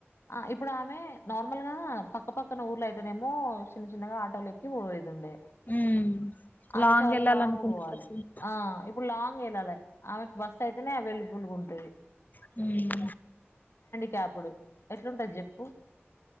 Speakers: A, on the left; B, on the left.
A: ఆ ఇప్ ఇప్పుడు ఆమె నార్మల్ గా పక్క పక్కన ఊర్లో అయితేనేమో చిన్న చిన్నగా ఆటోలు ఎక్కిపో పోయేది ఉండే
B: ఉమ్
A: ఆమె చాలా
B: వెళ్ళాలనుకున్నట్లు
A: లాంగ్ పోవాలి
B: అసలు
A: ఆ ఇప్పుడు లాంగ్ వెళ్లాలి ఆమెకి బస్ అయితేనే అవైలబుల్ ఉంటుది
B: హుమ్
A: క్యాపుడు ఎట్లుంటది చెప్ప ఉ